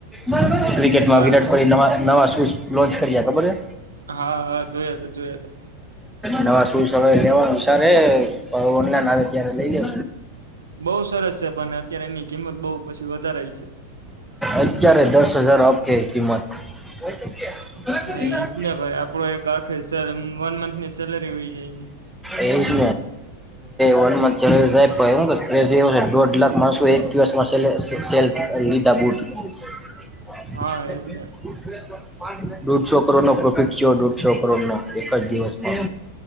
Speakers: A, in the centre; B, on the right (about 75°).
A: ક્રિકેટમાં
B: બસ
A: વિરાટ કોહલી ના નવા સ્વિચ લોન્ચ કરીએ ખબર હે
B: હા હા જોઈ તો જોય તો
A: નવા શૂઝ હવે લેવાનું વિચારે ઓનલાઈન આવે ત્યારે લઈ લે
B: બહુ સરસ છે પણ અત્યારે એની કિંમત બહુ પછી વધારાય છે
A: અત્યારે દસ હજાર આપે કિંમત <inaudible> <inaudible> એજ
B: હા
A: ન આવ
B: એજ ને ભાઈ આપડો એક આખી વન મંથ ની સેલરી વહી જાય
A: એક વન ચા સાહેબ <inaudible> <inaudible> છે દોઢ લાખ માણસો એક દિવસમાં સેલ લીધા બુટ <unintelligible>
B: હા એજ ને
A: દોઢસો કરોડ નો પ્રોફિટ થયો દોઢસો કરોડ નો એક જ દિવસમાં